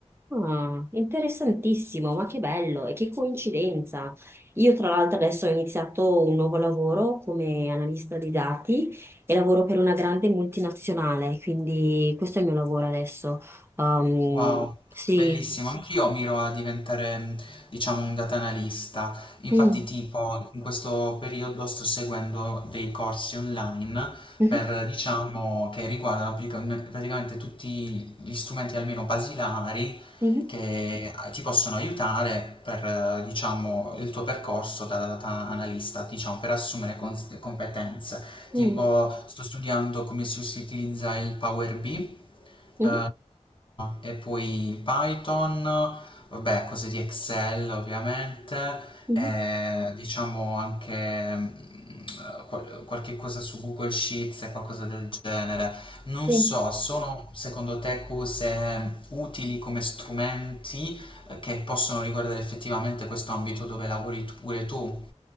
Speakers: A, on the right (about 20°); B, on the left (about 45°).
A: Ah, interessantissimo, ma che bello e che coincidenza. Io tra l'altro adesso ho iniziato un nuovo lavoro come analista di dati e lavoro per una grande multinazionale, quindi questo è il mio lavoro adesso. Um,
B: Wow,
A: sì.
B: bellissimo. Anch'io miro a diventare, mh, diciamo, un data analista. Infatti,
A: Mm.
B: tipo, in questo periodo sto seguendo dei corsi online
A: Mhm.
B: per, diciamo, che riguardano praticam- praticamente tutti gli strumenti almeno basilari
A: Mhm.
B: che eh, ti possono aiutare per, eh, diciamo, il tuo percorso da data analista, diciamo, per assumere cons- competenze.
A: Mm.
B: Tipo, sto studiando come si si utilizza il Power BI,
A: Mhm.
B: eh, e poi il Python, vabbè, cose di Excel ovviamente,
A: Mhm.
B: e diciamo anche mm, qual- qualche cosa su Google Sheets e qualcosa del genere. Non
A: Sì.
B: so, sono secondo te cose utili come strumenti eh, che possono riguardare effettivamente questo ambito dove lavori tu- pure tu?